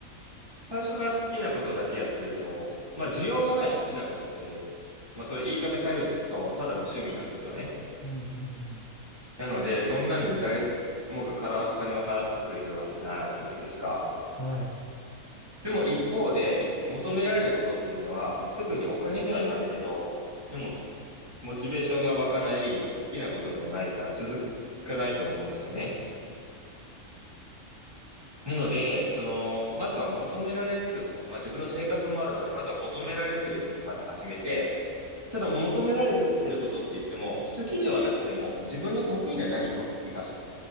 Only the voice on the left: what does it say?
うんうん
うん。はい。